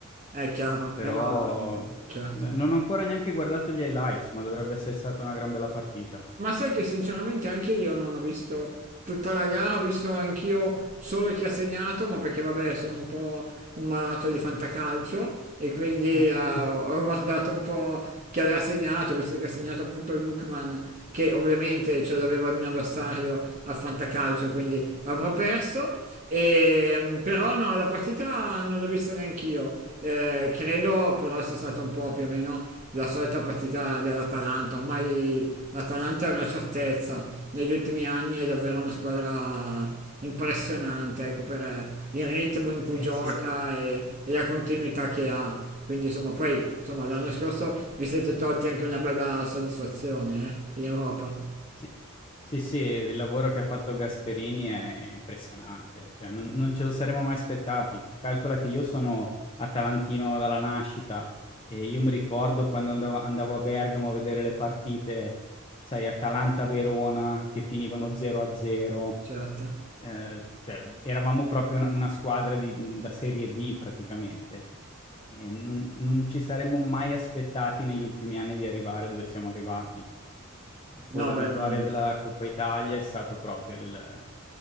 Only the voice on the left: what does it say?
però
n
non ho ancora neanche guardato gli highlights, ma dovrebbe essere stata una gran bella partita.
Eh,
eh
sì.
Sì, sì, sì, il lavoro che ha fatto Gasperini è impressionante, cioè non non ce lo saremmo mai aspettati. Calcola che io sono atalantino dalla nascita e io mi ricordo quando andavo andavo a Bergamo a vedere le partite, sai, Atalanta-Verona che finivano 0-0,
ehm, cioè eravamo proprio una una squadra di da serie B praticamente. E non non ci saremmo mai aspettati negli ultimi anni di arrivare dove siamo arrivati. E poi
la
vittoria
della Coppa Italia è stato proprio il